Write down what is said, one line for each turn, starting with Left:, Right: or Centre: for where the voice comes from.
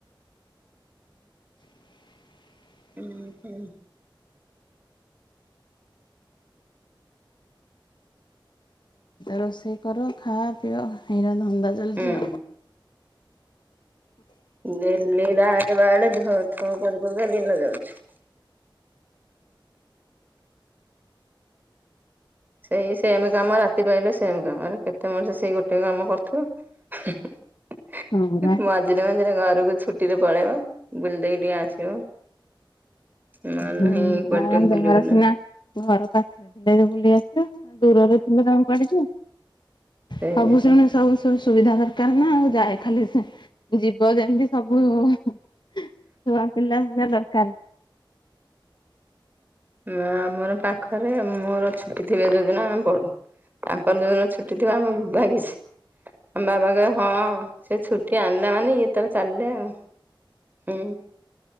Right: ହୁଁ, ହୁଁ।
Left: ରୋଷେଇ କର ଖା ପିଅ ହେଇରା ଧନ୍ଦା ଚାଲିଛି
Right: ହୁଁ।
Left: ଆଉ କଣ।
Right: ଡେଲି ବାନ୍ଧେ ବାଢେ ବାହା କରୁ କରୁ କା ଦିନ ଯାଉଚି। ସେଇ ସେମ କାମ ରାତି ପାଇଲେ ସେମ କାମ କେତେ ମଣିଷ ସେଇ ଗୋଟେ କାମ କରୁଥିବ।
Left: ହଁ ପରା
Right: ମଝିରେ ମଝିରେ ଘରକୁ ଛୁଟିରେ ପଳେଇବ ବୁଲି ଦେଇକି ଟିକେ ଆସିବ। ନହେଲେ
Left: ହୁଁ
Right: ନାହିଁ କୁଆଡେ ଟିକେ ବୁଲି
Left: ଯାହାର
Right: ବୁଲା
Left: ସିନା ଘର ପାଖରେ ଥିଲେ ବୁଲି ଆସିବ ଦୂରରେ ଥିଲେ ତାଙ୍କୁ କୁଆଡେ ଯିବ।
Right: ସେଇଆ।
Left: ସବୁ ଶୁଣୁ ସବୁ ଶୁ ସୁ ସୁବିଧା ଦରକାର ନା ଆଉ ଯାଏ ଖାଲି ଯିବ ଯେମିତି ସବୁ। ଛୁଆ ପିଲା ହେବା ଦରକାର।
Right: ମ ଆମର ପାଖରେ ମୋର ଛୁଟି ଥିବେ ଯୋଉଦିନ ଆମେ ପଳଉ। ତାଙ୍କର ଯୋଉଦିନ ଛୁଟି ଥିବା ଆମେ ଭାଗିଶ। ଆମ ବାବା କହିବେ ହଁ ସେ ଛୁଟି ଆଣିଲା ମାନେ ଇଏ ତାର ଚାଲିଲେ ଆଉ। ଉଁ।